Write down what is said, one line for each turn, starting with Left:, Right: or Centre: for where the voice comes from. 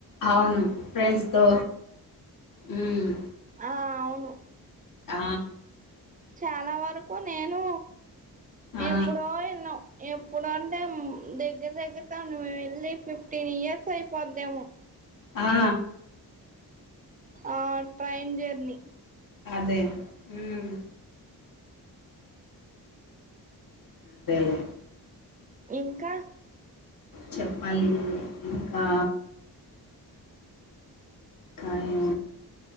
Left: అవును ఫ్రెండ్స్ తో హ్మ్
Right: ఆ అవును
Left: ఆ
Right: చాలా వరకు నేను
Left: ఆ
Right: ఎప్పుడో వెళ్ళం ఎప్పుడుంటే దగ్గర దగ్గరత మేము వెళ్ళి ఫిఫ్టీన్ ఇయర్స్ ర్స్ అయిపొదేమో
Left: ఆ
Right: ఆ ట్రైన్ జెర్నీ
Left: అదే ఉమ్ అదేలే
Right: ఇంకా
Left: చెప్పాలి ఇంకా కాయా